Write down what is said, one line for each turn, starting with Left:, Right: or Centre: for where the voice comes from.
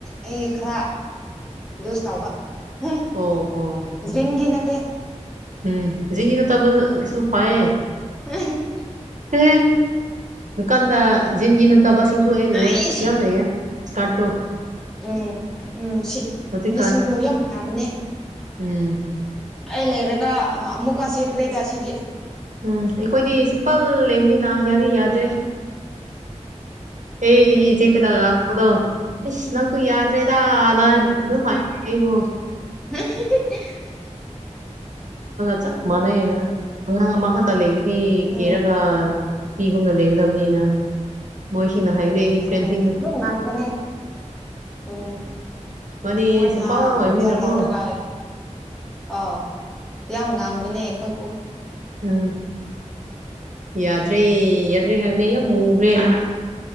Centre: ꯑꯩ ꯈꯔ ꯂꯨꯖ ꯇꯧꯕ ꯎꯝ
Right: ꯑꯣ ꯑꯣ
Centre: ꯖꯤꯟꯒꯤ ꯅꯠꯇꯦ
Right: ꯎꯝ ꯖꯤꯉꯤꯅ ꯇꯜ ꯁꯨ ꯐꯌꯦ
Centre: ꯎ
Right: ꯎ ꯗꯨꯀꯥꯟꯗ ꯖꯤꯟꯒꯤ ꯅꯠꯇꯕ ꯁꯤꯡꯁꯨ ꯑꯩ
Centre: ꯑꯩꯁ
Right: ꯎꯑꯦ ꯌꯥꯝ ꯂꯩꯑꯦ ꯀ ꯇꯣ
Centre: ꯎꯝ ꯎꯝ ꯁꯤ
Right: ꯍꯧꯖꯤꯛꯀꯥꯟ
Centre: ꯂꯤꯁꯤꯡꯗꯣ ꯌꯥꯝ ꯐꯕꯅꯦ
Right: ꯎꯝ
Centre: ꯑꯩ ꯂꯩꯔꯒ ꯑꯃꯨꯛꯀ ꯁꯦꯠꯇ꯭ꯔꯦꯗ ꯁꯤꯗꯤ
Right: ꯎꯝ ꯑꯩꯈꯣꯏꯗꯤ ꯁꯤꯝꯄꯜ ꯂꯩꯕꯅꯤꯅ ꯌꯥꯗꯤ ꯌꯥꯗ꯭ꯔꯦ ꯑꯦ
Centre: ꯎꯝ
Right: ꯑꯩꯆꯦ ꯐ ꯂꯥꯛꯄꯗꯣ ꯏꯁꯁ ꯅꯪꯁꯨ ꯌꯥꯗ꯭ꯔꯦꯗꯥꯅ
Centre: ꯎꯝ
Right: ꯑꯗꯨꯝ ꯍꯥꯏꯦ ꯑꯩꯕꯨꯣ
Centre: <unintelligible>
Right: ꯆ ꯃꯅꯅꯉꯥꯡ ꯃꯈ ꯈꯥ ꯇ ꯂꯩ ꯗꯤ
Centre: ꯎꯝ
Right: ꯀꯦꯔꯒ ꯅꯨꯄꯤꯒꯨꯝꯅ ꯂꯩꯦꯡꯒꯗꯕꯅꯤꯅ ꯃꯣꯏꯁꯤꯡꯅ ꯍꯥꯏꯔ ꯑꯩꯒꯤ ꯐ꯭ꯔꯦꯟꯁꯤꯡꯅ
Centre: ꯎꯝ ꯑꯗꯨꯝ ꯉꯥꯡꯕꯅꯦ ꯎꯝ
Right: ꯃꯥꯗꯤ
Centre: ꯃꯣꯏꯅ
Right: ꯁꯤꯝꯄꯜ ꯑꯣꯏꯕꯅꯤꯅꯀꯣ
Centre: ꯖꯔ ꯂꯒꯥꯏ ꯑꯥꯎ ꯌꯥꯝ ꯉꯥꯡꯕꯅꯦ ꯑꯩꯈꯣꯏꯕꯨ
Right: ꯎꯝ ꯌꯥꯗ꯭ꯔꯦ ꯌꯥꯗ꯭ꯔꯦ ꯍꯥꯏꯕꯅꯦ ꯌꯥꯝ ꯃꯨꯈ꯭ꯔꯦꯅ